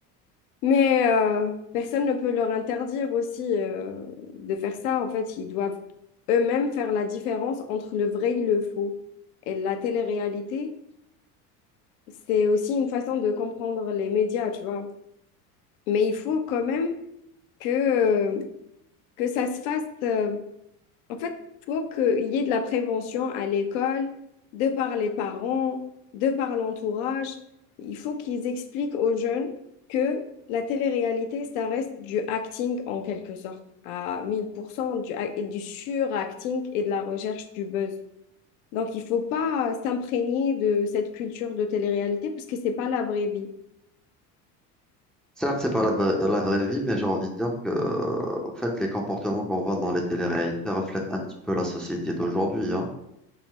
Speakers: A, on the left; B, in the centre.
A: Mais euh, personne ne peut leur interdire aussi euh, de faire ça. En fait, ils doivent eux-mêmes faire la différence entre le vrai et le faux. Et la télé-réalité, c'est aussi une façon de comprendre les médias, tu vois. Mais il faut quand même que, euh, que ça se fasse. euh, En fait, il faut qu'il y ait de la prévention à l'école, de par les parents, de par l'entourage. Il faut qu'ils expliquent aux jeunes que la télé-réalité, ça reste du acting en quelque sorte, à 1000% du, et du suracting et de la recherche du buzz. Donc, il ne faut pas s'imprégner de cette culture de télé-réalité parce que ce n'est pas la vraie vie.
B: Certes, c'est pas la, vra- la vraie vie, mais j'ai envie de dire que, en fait, les comportements qu'on voit dans les téléréalités reflètent un petit peu la société d'aujourd'hui, hein.